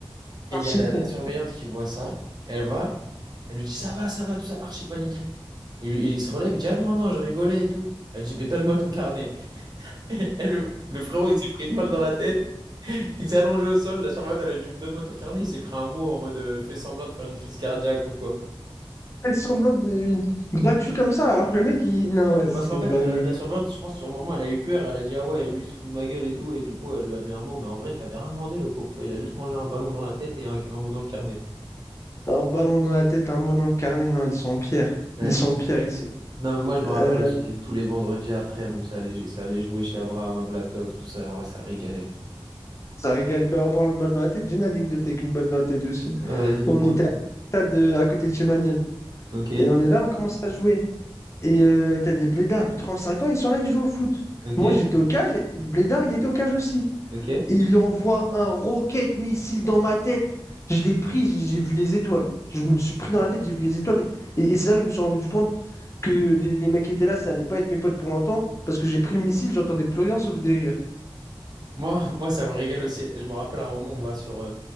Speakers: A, on the right; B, on the left.
A: Et
B: <laughs>
A: il y a la, la surveillante qui voit ça, elle va, elle lui dit Ça va, ça va, tout ça, archi paniqué. Il, il se relève, il dit Ah non, non, je rigolais et tout. Elle dit Mais donne-moi ton carnet. <laughs> Et le, le frérot, il s'est pris une balle dans la tête, il s'est allongé au sol, la surveillante, elle a dit Donne-moi ton carnet, il s'est pris un mot en mode euh, Fais semblant de faire une crise cardiaque ou quoi.
B: Elle semblante de- gratuit comme ça, alors que le mec, il... Non, vas-y,
A: Mais parce
B: c'est
A: qu'en
B: une
A: fait,
B: dinguerie.
A: la, la surveillante, je pense, sur le moment, elle a eu peur. Elle a dit, ah ouais, lui, il se fout de ma gueule et tout. Et du coup, elle lui a mis un mot. Mais en vrai, il avait rien demandé, le pauvre. tu vois, Il a juste mangé un ballon dans la tête et un, un mot dans le carnet.
B: Un ballon dans la tête, un mot dans le carnet, non, ils sont en pierre.
A: Ouais.
B: Ils sont en pierre ici.
A: Non, mais moi, je me rappelle
B: Euh,
A: aussi tous les vendredis après où ça allait, ça allait jouer chez Abraham à Black Ops, tout ça. Ouais, ça régalait.
B: ça régale. Ben, en parlant de balle dans la tête, j'ai une anecdote avec une balle dans la tête aussi.
A: Ouais, vas-y, dis-moi.
B: On était à, stade, euh, à côté de chez Maniel.
A: Ok,
B: Et on est là, on commence à jouer. Et euh, t'as des blédards de 35 ans, ils sont là, ils jouent au foot.
A: ok,
B: Moi, j'étais au cage, et le blédard, il était au cage aussi.
A: ok.
B: Il envoie un rocket missile dans ma tête. Je l'ai pris, j'ai vu les étoiles. Je me le suis pris dans la tête, j'ai vu les étoiles. Et, et c'est là que je me suis rendu compte que les, les mecs qui étaient là, ça allait pas être mes potes pour longtemps. Parce que j'ai pris le missile, j'entendais plus rien sauf des rires.
A: Moi, <laughs> moi, ça me régale aussi. Je me rappelle à un moment, on va sur. euh,